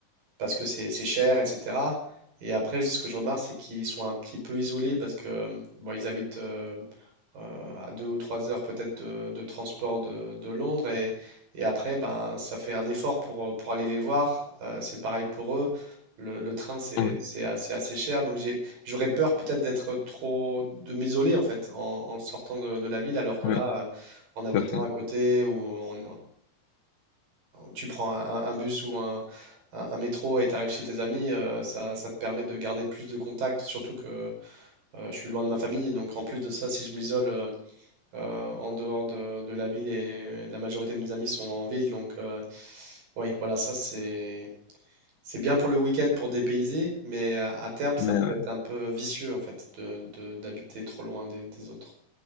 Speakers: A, on the right; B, on the left.
A: parce que c'est c'est cher, etc. Et après, ce que je remarque, c'est qu'ils sont un petit peu isolés parce que bon, ils habitent euh, euh, à deux ou trois heures peut-être de, de transport de, de Londres et, et après, ben, ça fait un effort pour, euh, pour aller les voir. Euh, c'est pareil pour eux. Le, le train, c'est
B: oui,
A: c'est assez, assez cher. Donc j'ai, j'aurais peur peut-être d'être trop, de m'isoler en fait en, en sortant de, de la ville, alors que
B: oui,
A: là, euh, en habitant
B: tout à fait.
A: à côté ou en, tu prends un, un bus ou un, un- un métro et tu arrives chez tes amis, euh, ça, ça te permet de garder plus de contacts, surtout que euh, je suis loin de ma famille. Donc en plus de ça, si je m'isole euh, euh, en dehors de, de la ville et la majorité de mes amis sont en ville, donc euh, oui, voilà, ça c'est c'est bien pour le week-end pour dépayser, mais à, à terme, ça
B: Mais
A: peut
B: ouais.
A: être un peu vicieux en fait de, de- d'habiter trop loin des, des autres.